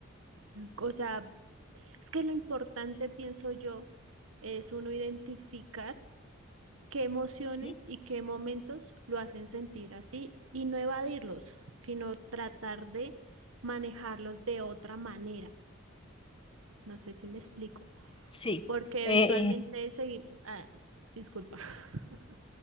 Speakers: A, on the right; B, on the left.
A: o sea, Es que lo importante, pienso yo, es uno identificar qué emociones
B: Sí,
A: y qué momentos lo hacen sentir así y no evadirlos, sino tratar de manejarlos de otra manera. No sé si me explico,
B: sí.
A: porque
B: Eh,
A: eventualmente
B: eh,
A: seguimos... Ah, disculpa. <laughs>